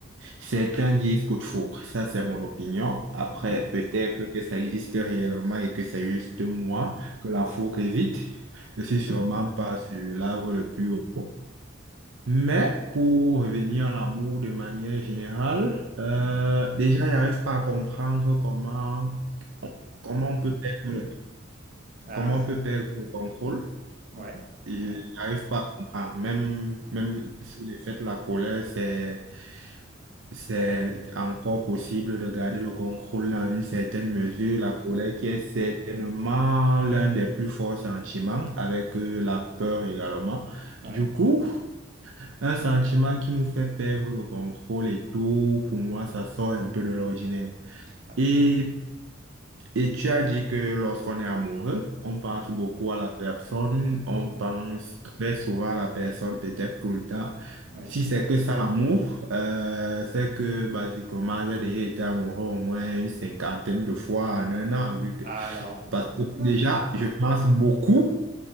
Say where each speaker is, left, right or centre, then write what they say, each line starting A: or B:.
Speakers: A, on the right; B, on the right.
A: certains disent coup de foudre. Ça, c'est mon opinion. Après,
B: Mhm,
A: peut-être que ça existe réellement et que c'est juste moi que la foudre évite. Je suis
B: mhm,
A: sûrement pas sur l'arbre le plus haut. Mais pour revenir à l'amour de manière générale, euh,
B: ouais.
A: déjà, j'arrive pas à comprendre comment, comment on peut perdre le,
B: Ah,
A: comment
B: c'est...
A: on peut perdre le contrôle.
B: Ouais,
A: Ils
B: ouais.
A: J'arrive pas à comprendre. Même,
B: Ah,
A: même sous l'effet de la colère, c'est, c'est encore possible de garder le contrôle dans une certaine mesure. La colère
B: ouais,
A: qui est certainement l'un des plus forts sentiments, avec euh, la peur également.
B: ouais.
A: Du coup, un sentiment qui nous fait perdre le contrôle et tout, pour moi, ça sort un peu de l'ordinaire.
B: Ah,
A: Et,
B: ah,
A: et tu as dit que lorsqu'on est amoureux, on pense
B: ouais,
A: beaucoup à la personne, on
B: ouais,
A: pense très souvent à la personne, peut-être tout le temps.
B: ouais.
A: Si c'est que ça l'amour, euh, c'est que basiquement, j'ai déjà été amoureux au moins une cinquantaine de fois en un an, vu que,
B: Alors, ça peut-être
A: parce que
B: ça.
A: déjà, je pense
B: Ouais.
A: beaucoup.